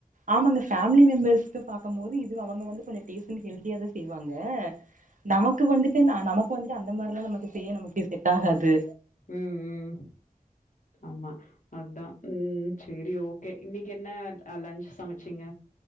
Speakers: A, on the right; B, on the left.
A: ஆமாங்க பேமிலி மெம்பர்ஸுக்கு பாக்கும் போது இது அவங்க வந்து கொஞ்ச டேஸ் அண்ட் ஹெல்த்தியாத செய்வாங்க நமக்கு வந்துட்டு ந நமக்கு வந்துட்டு அந்த மாரில்லாம் நமக்கு செய்ய நமக்கே செட் ஆகாது
B: உம் உம் ஆமா அதான் உம் சரி ஓகே இன்னைக்கு என்ன அ லன்ச் சமைச்சீங்க